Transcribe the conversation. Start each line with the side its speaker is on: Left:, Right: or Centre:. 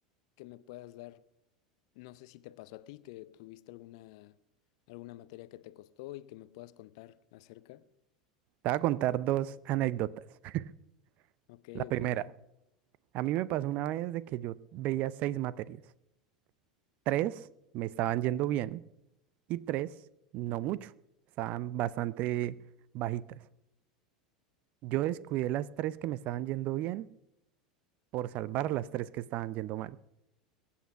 Left: que me puedas dar, no sé si te pasó a ti, que tuviste alguna, alguna materia que te costó y que me puedas contar acerca.
Right: Te voy a contar dos anécdotas. <laughs>
Left: Ok,
Right: La primera,
Left: ok.
Right: a mí me pasó una vez de que yo veía seis materias. Tres me estaban yendo bien y tres no mucho. Estaban bastante bajitas. Yo descuidé las tres que me estaban yendo bien por salvar las tres que estaban yendo mal.